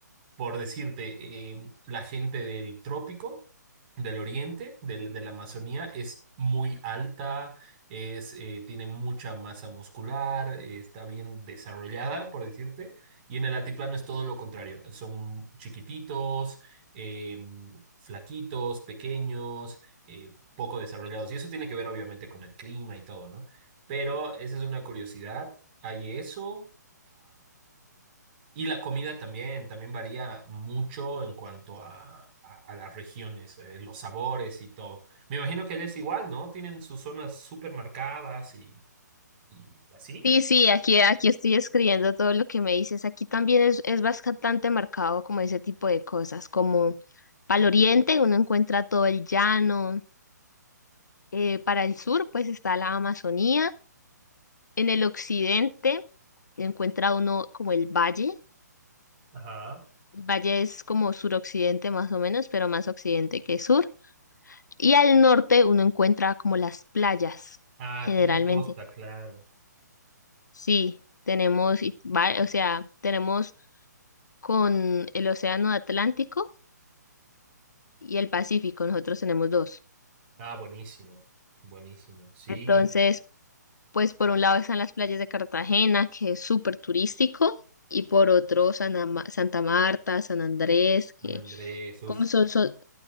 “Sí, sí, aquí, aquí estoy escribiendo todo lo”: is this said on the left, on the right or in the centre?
Left